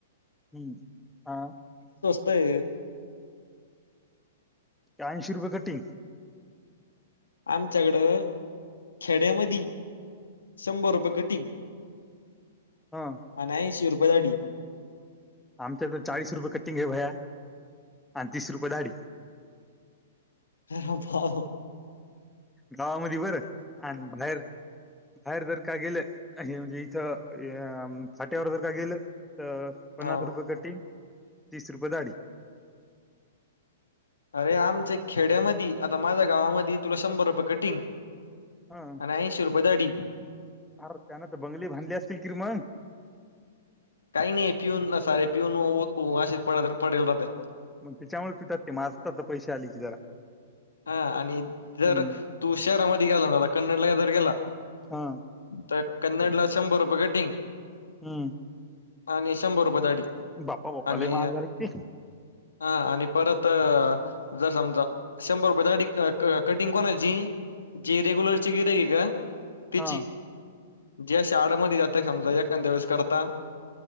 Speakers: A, in the centre; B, on the left.
A: हम्म हा
B: तय
A: ऐंशी रुपये कटिंग
B: आमच्याकडं खेड्यामध्ये शंभर रुपये कटिंग
A: हां,
B: अनं ऐंशी रुपये बदाडी
A: आमच्या तर चाळीस रुपये कटिंग घ भया आणि तीस रुपये दाढी
B: करा बाप
A: गावामध्ये बरं आणि बाहेर बाहेर जर का गेलं हे म्हणजे इथं फाट्यावर जर का गेलं तर पन्नास
B: हा
A: रुपये कटिंग तीस रुपये दाढी
B: अरे आमच्या खेड्यामध्ये आता माझ्या गावामध्ये तुला शंभर रुपये कटिंग
A: हा
B: आणि ऐंशी रुपये दाढी
A: अर त्यान तर बंगले बांधले असतील किरमान
B: काही नाही पिऊन न सारे पिऊन वाशित पडेल राहतात
A: मग त्याच्यामुळे पितात ते माजतात तर पैसे आले कि जरा
B: हा आणि जर
A: हम्म
B: तू शहरामध्ये गेला ना कन्नडला जर गेला
A: हा
B: तर कन्नडला शंभर रुपये कटिंग
A: हम्म
B: आणि शंभर रुपये दाढी
A: बाप्पा बाप्पा
B: आणि
A: लई महाग झाल की ते
B: हा आणि परत जर समजा शंभर रुपये दाढी क क कटिंग कोणाची जी रेग्युलरचे गिऱ्हाईक का पिची
A: हा
B: ज्या शाडमध्ये जातात समजा एखांद्या वेेळेस करता